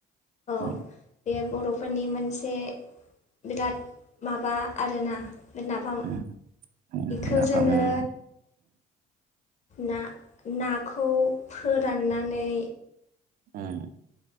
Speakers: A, on the left; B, on the right.
A: औ
B: उम
A: बे बर'फोरनि मोनसे एसे बिराद माबा आरोना नाफाम
B: उम उम
A: इखौ
B: नाफाम
A: जोङो
B: उम
A: ना नाखौ फोराननानै
B: ओम